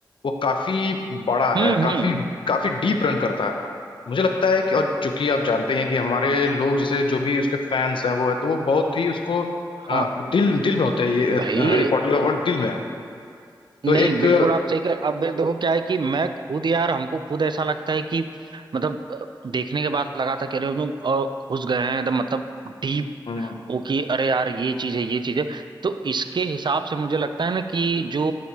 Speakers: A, on the left; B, on the right.
A: वो काफी बड़ा
B: हम्म
A: है
B: हम्म
A: काफी काफी डीप रन करता है मुझे लगता है कि और चूंकि आप जानते ही हैं कि हमारे लोग जैसे जो भी उसके फैंस हैं वो है तो वो बहुत ही उसको
B: हाँ
A: अ, दिल दिल में होते हैं ये
B: भाई
A: हैरी पॉटर का वर्ल्ड दिल में है
B: नहीं
A: तो एक
B: बिल्कुल आप सही कर अब भाई देखो क्या है कि मैं खुद यार हमको खुद ऐसा लगता है कि मतलब देखने के बाद लगा था कि अरे लोग अ, घुस गए हैं एकदम मतलब डीप
A: हम्म
B: वो कि अरे यार ये चीज है ये चीज है तो इसके हिसाब से मुझे लगता है ना कि जो